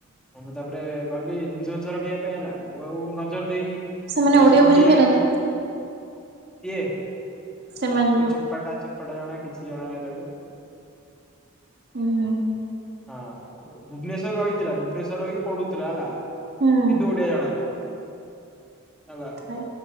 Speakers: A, in the centre; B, on the right.
A: ହଁ ମୁଁ ତାପରେ ଗଲି ଜିନିଷ ଫିନିଷ ରଖିବା ପାଇଁ ହେଲା ମୁଁ ଆଉ ନଜର ଦେଇନି।
B: ସେମାନେ
A: ଦଶ
B: ଓଡିଆ
A: ମିନିଟ୍
B: ବୁଝିପାରନ୍ତି
A: ହେଇଗଲାଣି କିଏ?
B: ସେମାନେ
A: ତାକୁ
B: ଯୋଉ
A: ଚୋପାଟା ଚୋପାଟା ଜଣା କିଛି ଜଣା ନାହିଁ ତାକୁ।
B: ହୁଁ ହୁଁ।
A: ହଁ ଭୁବନେଶ୍ୱର ରହିଥିଲା ଭୁବନେଶ୍ଵର ରହିକି ପଢୁଥିଲା ହେଲା।
B: ହୁଁ।
A: କିନ୍ତୁ ଓଡ଼ିଆ ଜଣାନାହିଁ ହେଲା।
B: ହଁ।